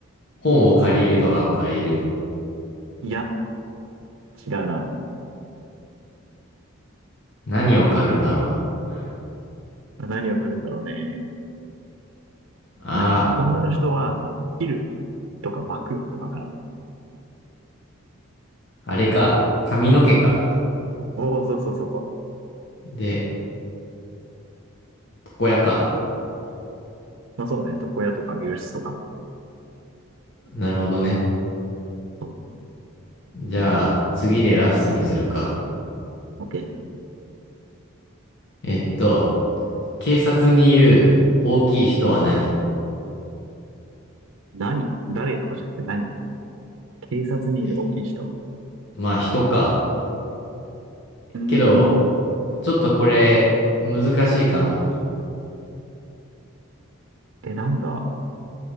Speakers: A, on the left (about 55°); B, on the right (about 70°).
A: 本を借りるとかの借りる。
B: いや、違うな。
A: 何を借るんだろう。
B: 何を狩るんだろうね。
A: あ
B: まあ、女の人は、切るとか幕とかかな。
A: あ、あれか。髪の毛か。
B: おお、そうそうそうそう。
A: で、床屋か。
B: まあそうね、床屋とか美容室とか。
A: なるほどね。
B: そ
A: じゃあ、次でラストにするか。
B: う。OK。
A: えっと、警察にいる大きい人は何
B: 何誰とかじゃなくて何警察にいる大きい人。
A: えまあ人か。
B: うーん。
A: けど、ちょっとこれ難しいかも。
B: え、なんだ